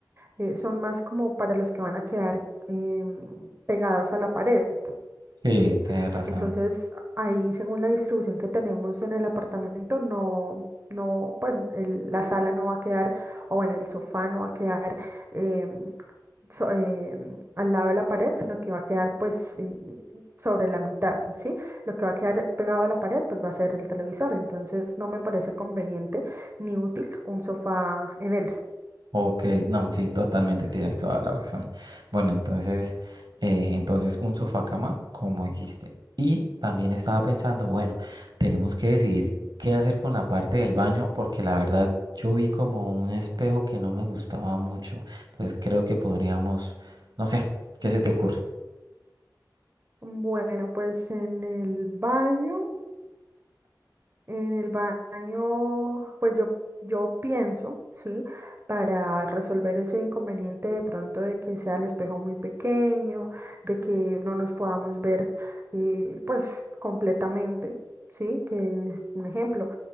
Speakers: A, on the right; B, on the right.
A: eh, son más como para los que van a quedar em, pegados a la pared,
B: Sí,
A: ¿sí?
B: tienes razón.
A: Entonces, ahí según la distribución que tenemos en el apartamento, no, no, pues el- la sala no va a quedar, o bueno, el sofá no va a quedar em, so- em, al lado de la pared, sino que va a quedar pues eh, sobre la mitad, ¿sí? Lo que va a quedar pegado a la pared, pues va a ser el televisor, entonces no me parece conveniente ni útil un sofá en él.
B: Ok, no, sí, totalmente tienes toda la razón. Bueno, entonces, eh, entonces un sofá cama, como dijiste. Y también estaba pensando, bueno, tenemos que decidir qué hacer con la parte del baño, porque la verdad yo vi como un espejo que no me gustaba mucho. Entonces creo que podríamos, no sé, ¿qué se te ocurre?
A: Bueno, pues en el baño. En el baño, pues yo, yo pienso, ¿sí? Para resolver ese inconveniente de pronto de que sea el espejo muy pequeño, de que no nos podamos ver, eh, pues, completamente, ¿sí? Que, es un ejemplo,